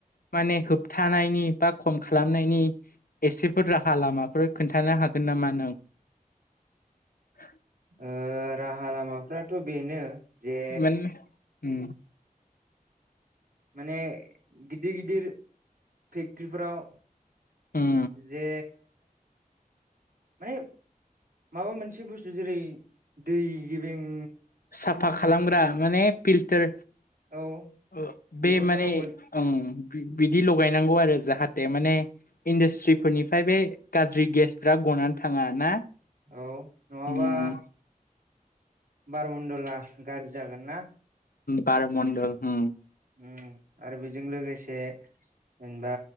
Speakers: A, on the left; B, on the right.
A: माने होब होबथानायनि बा खम खालामनायनि एसेफोर राहा लामाफोर खोन्थानो हागोन नामा नों <unintelligible>
B: ओ राहा लामाफ्राथ' बेनो जे
A: माने उम
B: माने गिदिर गिदिर फेक्ट्रिफोराव
A: उम
B: जे माने माबा मोनसे बुस्थु जेरै दै गेबें
A: साफा खालामग्रा माने फिल्टार
B: औ
A: ओ बे
B: बेफोरखौ
A: माने
B: नांगौ
A: ओं बिदि लगायनांगौ आरो जाहाथ थे माने इन्डास्ट्रि फोरनिफ्राय बे गाज्रि गेसफ्रा गनान थाङा ना
B: औ नङाबा
A: उम
B: <inaudible> मन्द'ला गार्जि जागोन ना
A: बार मणडल हम
B: उम आरो बेजों लोगोसे से जेनबा